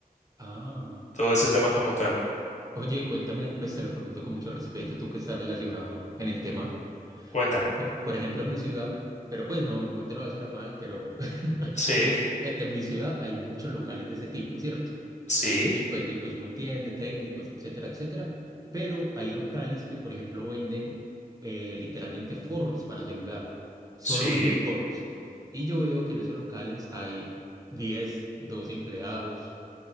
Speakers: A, on the right; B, on the left.
A: Ah.
B: todo ese tema como tal.
A: Oye, cuéntame, pues te lo pregunto con mucho respeto, tú que estás relacionado en el tema.
B: Cuéntame.
A: Por, por ejemplo, en mi ciudad, pero pues no, no te lo voy a decir a mal, pero <laughs>
B: Sí,
A: en en mi ciudad hay muchos locales de ese tipo, ¿cierto?
B: sí,
A: Y pues, y pues uno entiende técnicos, etcétera, etcétera. Pero hay locales que, por ejemplo, venden eh, literalmente forros para celular. Solo
B: sí,
A: venden forros. Y yo veo que en esos locales hay 10 12 empleados